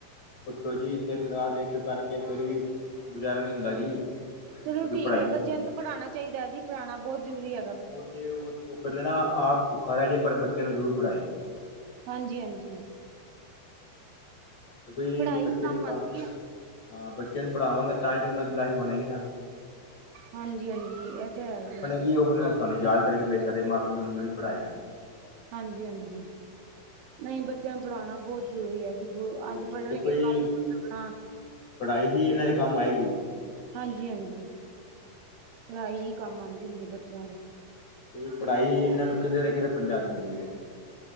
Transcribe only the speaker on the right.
ਚਲੋ
ਠੀਕ
ਹੈ ਬੱਚਿਆਂ ਨੂੰ ਪੜ੍ਹਾਣਾ ਚਾਹੀਦਾ ਹੈ ਜੀ, ਪੜਾਣਾ ਬਹੁਤ ਜ਼ਰੂਰੀ ਐ।
ਹਾਂਜੀ- ਹਾਂਜੀ,
ਪੜ੍ਹਾਈ
ਕੰਮ
ਆਂਦੀ ਐ।
ਹਾਂਜੀ- ਹਾਂਜੀ, ਇਹ ਤੇ ਹੈ ਹੀ ਐ।
ਹਾਂਜੀ -ਹਾਂਜੀ, ਨਹੀਂ ਬੱਚਿਆਂ ਨੂੰ ਪੜ੍ਹਾਣਾ ਬਹੁਤ ਜ਼ਰੂਰੀ ਹੈ ਜੀ, ਬ
ਅੱਜ
ਪੜ੍ਹਨਗੇ
ਕੱਲ ਨੂੰ ਆਪਣਾ
ਹਾਂਜੀ- ਹਾਂਜੀ।
ਪੜ੍ਹਾਈ ਹੀ ਕੰਮ ਆਂਦੀ ਹੁੰਦੀ ਐ, ਬੱਚਿਆਂ ਦੇ।